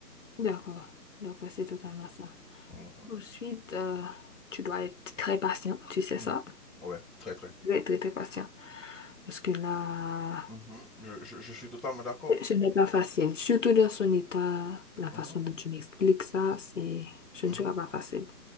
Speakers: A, on the left (about 50°); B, in the centre.
A: D'accord, d'accord, c'est totalement ça.
B: Mhm.
A: Ensuite, euh, tu dois être très patient, tu sais
B: Mhm.
A: ça?
B: Ouais, très très.
A: Très, très, très patient. Parce que là,
B: Mhm. Je, je- je suis totalement d'accord.
A: ce n'est pas facile. Surtout dans son état, la façon
B: Mhm.
A: dont tu m'expliques ça, c'est, ce
B: Mhm.
A: ne sera pas facile.